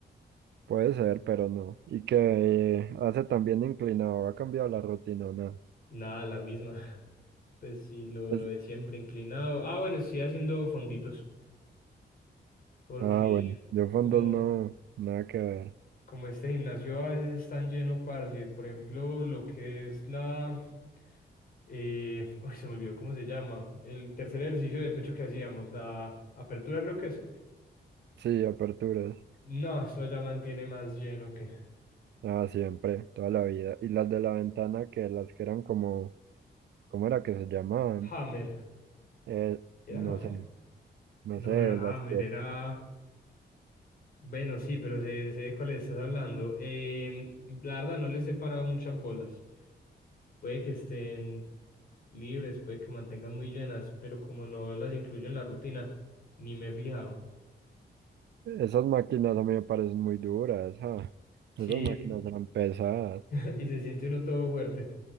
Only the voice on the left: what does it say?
Nada, la misma. <laughs> Pues sí, lo,
lo de siempre inclinado. Ah, bueno, estoy haciendo fonditos. Porque
como,
como este gimnasio a veces es tan lleno, parce. Por ejemplo, lo que es la. Eh, <laughs> uy, se me olvidó cómo se llama. El tercer ejercicio de pecho que hacíamos, la apertura creo que es.
No, eso ya mantiene más lleno que.
Hammer.
¿Sí era
Hammer?
No,
no era
Hammer,
era. Bueno, sí, pero sé, sé de cuál estás hablando. Eh, la verdad, no les he parado muchas bolas. Puede que estén libres, puede que mantengan muy llenas, pero como no las incluyo en la rutina, ni me he fijado.
Sí,
<laughs> y se siente uno todo fuerte.